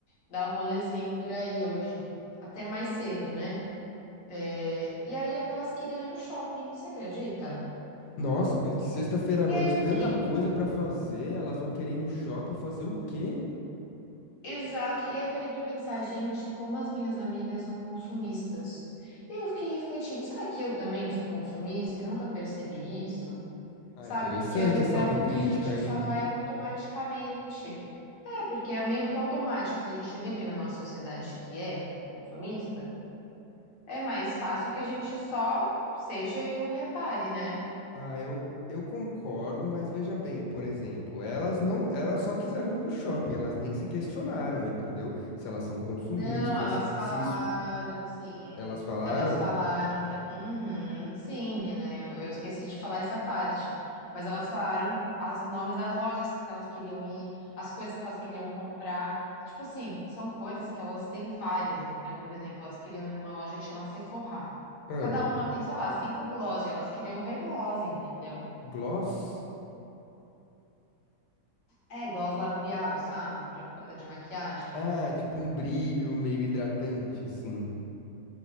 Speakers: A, on the left (about 60°); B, on the left (about 85°).
A: dar um rolezinho por aí hoje, até mais cedo, né? É, E aí elas queriam ir no shopping, você acredita?
B: Nossa, mas de sexta-feira à
A: E
B: noite,
A: aí eu fiquei,
B: tanta coisa pra fazer, elas vão querer ir no shopping fazer o quê?
A: Exato. E aí eu parei pra pensar, gente, como as minhas amigas são consumistas. E eu fiquei refletindo, será que eu também sou consumista e nunca percebi isso?
B: Ah,
A: Sabe?
B: interessante
A: Porque às vezes
B: essa
A: é
B: autocrítica,
A: algo que a gente
B: hein?
A: só vai automaticamente. É, porque é meio que automático. Se a gente vive numa sociedade que é consumista, é mais fácil que a gente só seja e não repare, né?
B: Ah, eu, eu concordo, mas veja bem, por exemplo, elas não, elas só quiseram ir no shopping, elas nem se questionaram, entendeu? Se elas são consumistas,
A: Não, elas falaram,
B: se isso,
A: sim.
B: elas falaram,
A: Elas falaram que ela... Uhum, sim, né? Eu esqueci de falar essa parte. Mas elas falaram os nomes das lojas que elas queriam ir, as coisas que elas queriam comprar. Tipo assim, são coisas que elas têm várias, entendeu? Por exemplo, elas queriam ir numa loja que chama Sephora.
B: ah,
A: Cada uma tem, sei lá, cinco gloss, e elas queriam ver gloss, entendeu?
B: gloss?
A: É, gloss labial, sabe? Pra- de maquiagem.
B: Ah, tipo um brilho meio hidratante, assim.